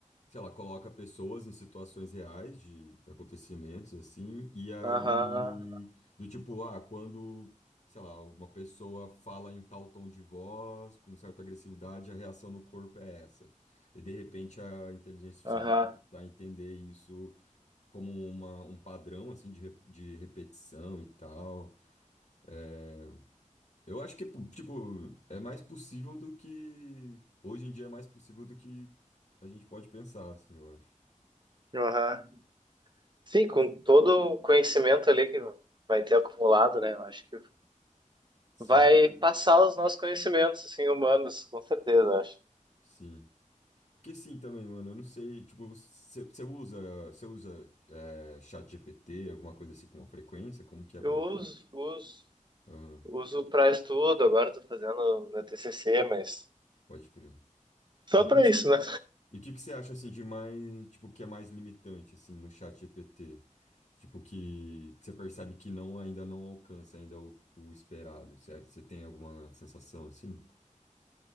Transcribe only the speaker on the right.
Aham,
aham,
aham. Sim, com todo o conhecimento ali que vai ter acumulado, né? Eu acho que
vai passar os nossos conhecimentos, assim, humanos, com certeza, eu acho.
Eu
uso, uso,
uso para estudo, agora estou fazendo meu TCC, mas
só
para
isso, né?